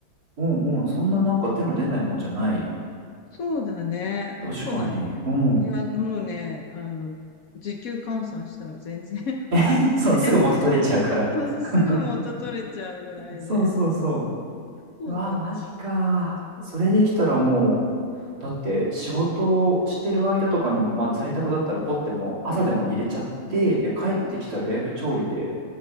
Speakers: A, on the right; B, on the left.
A: うんうん、そんななんか手の出ないもんじゃない。
B: うん。そうだね。
A: 確かに。
B: そうだね。
A: うん。
B: いや、もうね、あの、時給換算したら全然 <laughs>
A: <laughs> そう、すぐ元取れちゃうから。
B: 全然そう
A: <laughs>
B: <laughs> すぐ元取れちゃうぐらいで。
A: そうそうそ
B: そうだね。
A: う。うわー、マジかー。
B: そうだね。
A: それできたらもう、だって仕事をしてる間とかにも、まあ在宅だったらポッてもう朝でも入れちゃって、で帰ってきたら予約調理で
B: そうだね。